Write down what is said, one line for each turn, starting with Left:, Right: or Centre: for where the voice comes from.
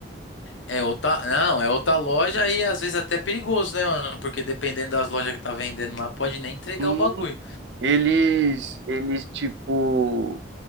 Left: é outra, não, é outra loja e às vezes até perigoso, né, mano? Porque dependendo das lojas que tá vendendo lá, pode nem entregar
Right: Hum,
Left: o bagulho.
Right: Eles, eles tipo